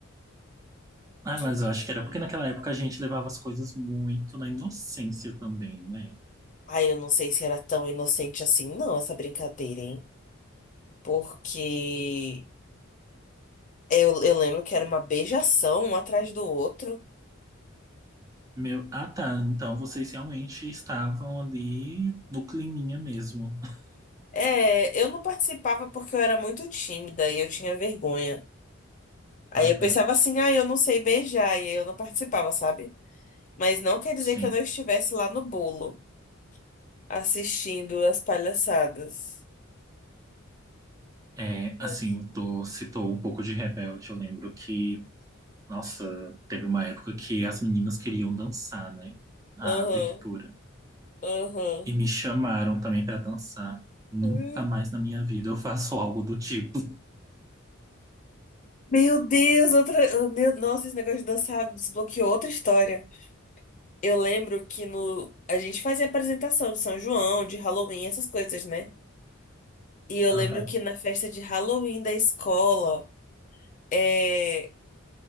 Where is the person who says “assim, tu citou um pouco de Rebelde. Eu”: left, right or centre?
Right